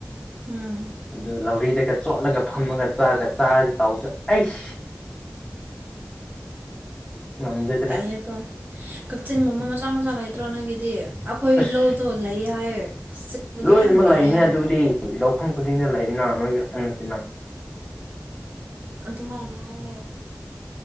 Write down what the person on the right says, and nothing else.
ꯎꯝ
ꯇꯂꯦꯀꯣ ꯀꯛꯆꯤꯡꯒꯨꯝꯕ ꯃꯆꯥ ꯃꯆꯥ ꯂꯩꯇ꯭ꯔꯣ ꯅꯪꯒꯤꯗꯤ ꯑꯩꯈꯣꯏ
ꯂꯧ ꯇꯣ ꯂꯩ ꯍꯥꯏꯑꯦ ꯁꯤꯛꯕꯗꯣ
ꯌꯥꯝ ꯅꯥꯌꯦ
ꯍꯥꯏꯌꯦ
ꯑꯗꯨꯃꯥꯏꯅ ꯍꯥꯏꯌꯦ